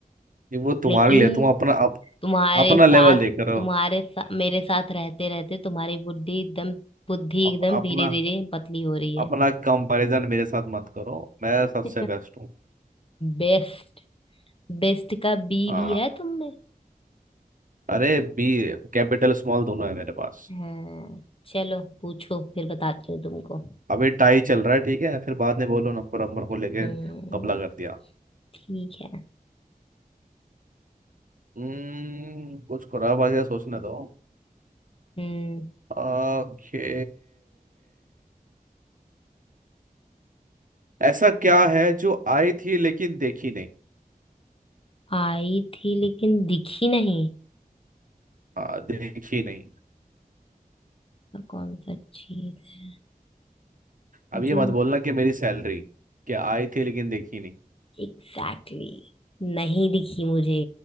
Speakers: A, on the right (about 60°); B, on the left (about 40°).
A: ये वो तुम्हारे
B: लेकिन
A: लिए तुम अपना अप,
B: तुम्हारे
A: अपना लेवल
B: साथ
A: देख रहे
B: तुम्हारे
A: हो
B: सा, मेरे साथ रहते रहते तुम्हारी बुद्धि एकदम बुद्धि
A: अप,
B: एकदम
A: अपना
B: धीरे धीरे पतली हो रही है
A: अपना कंपैरिजन मेरे साथ मत करो मैं सबसे
B: <laughs>
A: बेस्ट हूँ
B: बेस्ट बेस्ट का बी
A: हाँ
B: भी है तुम में
A: अरे बी कैपिटल स्मॉल दोनों है मेरे पास
B: हाँ चलो पूछो फिर बताती हूँ तुमको
A: अभी टाई चल रहा है ठीक है फिर बाद में बोलो नंबर नंबर को लेके
B: हम्म
A: कबला कर दिया
B: ठीक है
A: हम्म कुछ खराब आ गया सोचने दो
B: हम्म
A: ओके ऐसा क्या है जो आई थी लेकिन देखी नहीं
B: आई थी लेकिन दिखी नहीं
A: हाँ देखी नहीं
B: तो कौन सा चीज है
A: अब ये
B: जो
A: मत बोलना कि मेरी सैलरी क्या आई थी लेकिन देखी नहीं
B: एग्जैक्टली exactly नहीं दिखी मुझे